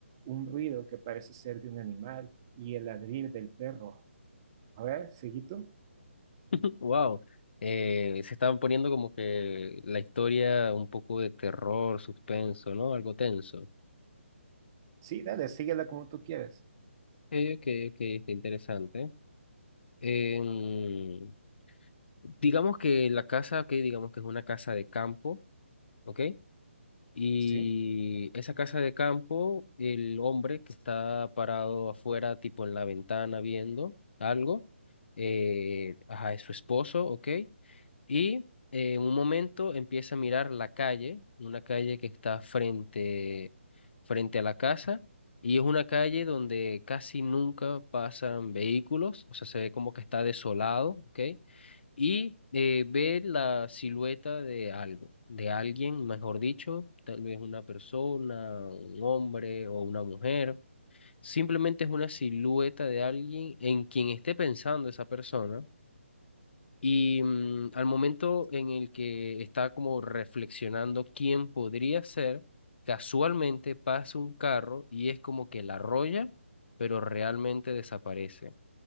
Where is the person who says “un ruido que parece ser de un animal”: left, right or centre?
Right